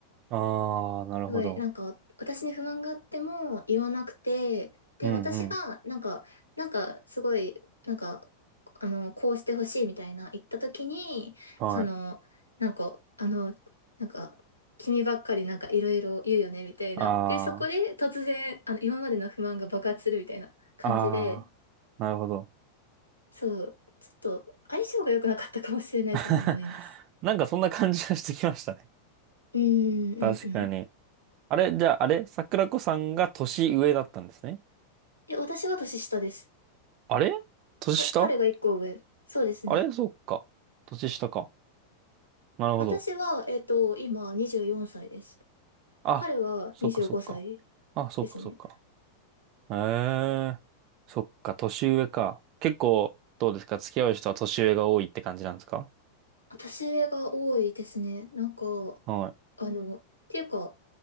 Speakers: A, on the right (about 40°); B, on the left (about 85°).
A: ああ、なるほど。
B: すごい、なんか、私に不満があっても言わなくて、で、
A: うんうん。
B: 私が、なんか、なんか、すごい、なんか、あの、こうしてほしいみたいな言った時に、
A: はい。
B: その、なんか、あの、なんか、君ばっかりなんかいろいろ言うよね、みたいな。
A: あ
B: で、そこで突然、あの、今までの不満が爆発するみたいな感じで、
A: あ、ああ、なるほど。
B: そう、ちょっと相性が良くなかったかもしれないとも思います。
A: <laughs> なんかそんな感じがしてきましたね。
B: うん、うん、
A: 確かに。
B: うん。
A: あれ、じゃあ、あれ桜子さんが年上だったんですね。
B: え私は年下です。
A: あれ年下
B: か、彼が一個上。そうですね。
A: あれそっか。年下か。なるほど。
B: 私は、えっと、今24歳です。
A: あ、
B: 彼は25歳
A: そっかそっか。あ、そっかそっか。
B: ですね。
A: ええ、そっか、年上か。結構、どうですか付き合う人は年上が多いって感じなんですか
B: 年上が多いですね。なんか、
A: はい
B: あの、っていうか、